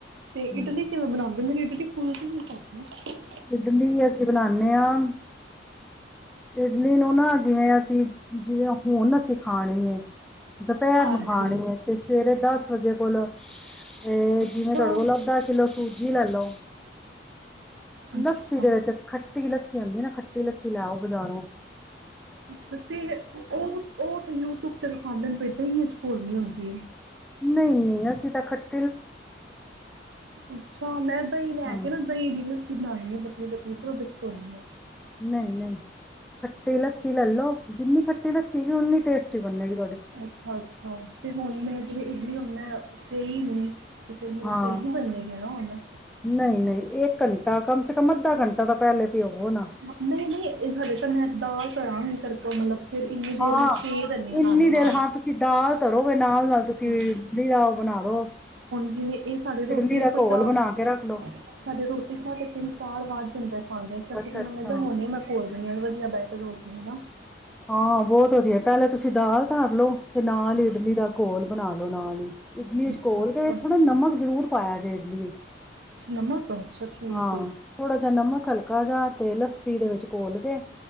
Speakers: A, on the right (about 80°); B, in the centre.
A: ਤੇ
B: ਹੂੰ,
A: ਇਡਲੀ ਕਿਵੇਂ ਬਣਾਉਂਦੇ? ਮੇਰੀ ਇਡਲੀ ਫੁੱਲਦੀ ਨੀ ਪਰ <unintelligible>
B: ਇਡਲੀ ਅਸੀਂ ਬਣਾਣੇ ਹਾਂ ਇਡਲੀ ਨੂੰ ਨਾ ਜਿਵੇਂ ਅਸੀਂ ਜਿਵੇਂ ਹੁਣ ਅਸੀਂ ਖਾਣੀ ਏ ਦੁਪਹਿਰ
A: ਹਾਂਜੀ।
B: ਨੂੰ ਖਾਣੀ ਏ, ਤੇ ਸਵੇਰੇ ਦਸ ਵਜੇ <unintelligible> ਤੇ
A: ਅੱਛਾ।
B: ਜਿਵੇਂ ਤੁਹਾਡੇ ਕੋਲ ਅੰਦਾ ਕਿੱਲੋ ਸੂਜੀ ਲੇਲੋ।
A: ਅੱਛਾ।
B: ਨਕ <unintelligible> ਚ ਖਟ ਖੱਟੀ ਲੱਸੀ ਆਂਦੀ ਹੈ ਨਾ ਖੱਟੀ ਲੱਸੀ ਲੇ ਆਓ। ਬਜਾਰੋ।
A: ਅੱਛਾ, ਤੇ ਓਹ ਓਹ ਤਾਂ ਯੂਟਿਊਬ ਤੇ ਦਿਖਾਂਦੇ ਨੇ ਵਈ ਦਹੀ ਚ <unintelligible> ਹੁੰਦੀ ਏ।
B: ਨਹੀਂ ਨਹੀਂ ਅਸੀਂ ਤਾਂ ਖੱਟਾ
A: ਅੱਛਾ ਮੈਂ ਦਹੀਂ ਲੈ
B: ਹਾਂ।
A: ਕੇ ਨਾ ਦਹੀਂ ਦੀ ਲੱਸੀ ਬਣਾਣੀ ਆਂ ਪਤਲੀ ਪਤਲੀ ਤੇ ਦੁੱਧ ਚ ਪਾਉਣੀ ਆ।
B: ਨਹੀਂ ਨਹੀਂ, ਖੱਟੀ ਲੱਸੀ ਲੈ ਲੋ ਜਿੰਨੀ ਖੱਟੀ ਲੱਸੀ ਹੋਏਗੀ ਉਨੀ ਟੇਸਟੀ ਬਨੇਗੀ।
A: ਅੱਛਾ ਅੱਛਾ, ਤੇ ਹੁਣ ਮੈਂ ਜਿਵੇਂ ਇਡਲੀ ਹੁਨ ਮੈਂ ਸਹੀ ਨੇ ਤੇ ਫਿਰ ਮੇਰੀ
B: ਹਾਂ
A: ਸਹੀ ਨਹੀਂ ਬਣੇ ਗੀ ਨਾ ਹੁਣ।
B: ਨਹੀਂ ਨਹੀਂ ਇੱਕ ਘੰਟਾ ਕਮ ਸੇ ਕਮ ਅੱਧਾ ਘੰਟਾ ਤਾਂ ਪਹਿਲੇ ਭਿਓਵੋ ਨਾ
A: ਮਤਲਬ, ਨਹੀਂ ਨਹੀਂ ਹਾਲੇ ਤਾਂ ਮੈਂ ਦਾਲ ਆ ਨਹੀਂ ਤੜਕਾ ਮਤਲਬ ਫਿਰ ਇੰਨੀ ਦੇਰ
B: ਹਾਂ,
A: ਮੈਂ ਦੇ ਦਿੰਨੀ ਆ ਨਾਲੋਂ
B: ਇੰਨੀ ਦੇਰ
A: ਨਾਲ।
B: ਹਾਂ ਤੁਸੀਂ ਦਾਲ ਧਰੋਗੇ ਨਾਲ ਨਾਲ ਤੁਸੀਂ
A: ਹਾਂ।
B: <unintelligible> ਬਣਾ ਦੋ।
A: ਜਿਵੇੰ ਇਹ ਸਾਡੀ ਰੋਟੀ
B: ਇਡਲੀ
A: ਦੇ
B: ਦਾ
A: ਕੋਈ
B: ਘੋਲ
A: ਚਾਰ,
B: ਬਣਾ ਕੇ ਰੱਖ ਲੋ
A: ਸਾਡੀ ਰੋਟੀ ਸਾਡੇ ਤਿੰਨ ਸਾਲ ਬਾਦ <unintelligible> <unintelligible> ਸਕੀ
B: ਅੱਛਾ
A: ਤੇ ਮੈਨੂੰ
B: ਅੱਛਾ
A: ਲਗਿਆ ਹੁਣੇ ਮੈਂ ਘੋਲ ਦਿੰਦੀ ਹਾਂ ਵਧੀਆ ਬੈਟਰ ਹੋ ਜਾ
B: ਹਾਂ ਬਹੁਤ ਵਧੀਆ ਪਹਿਲੇ ਤੁਸੀਂ ਦਾਲ ਧਰ ਲੋੋ। ਤੇ ਨਾਲ
A: ਅੱਛਾ,
B: ਹੀ ਇਡਲੀ ਦਾ ਘੋਲ ਬਣਾ ਲੋ ਨਾਲ ਹੀ ਇਡਲੀ
A: ਅੱਛਾ,
B: ਚ ਘੋਲ
A: ਅੱਛਾ,
B: ਕੇ ਥੋੜਾ ਨਮਕ ਜ਼ਰੂਰ। ਇਡਲੀ ਵਿਚ
A: ਅੱਛਾ ਨਮਕ ਅੱਛਾ ਠੀਕ
B: ਹਾਂ,
A: ਹੈ।
B: ਥੋੜਾ ਜਿਹਾ ਨਮਕ, ਹਲਕਾ ਜਿਹਾ। ਤੇ ਲੱਸੀ ਦੇ ਵਿੱਚ ਘੋਲ ਕੇ।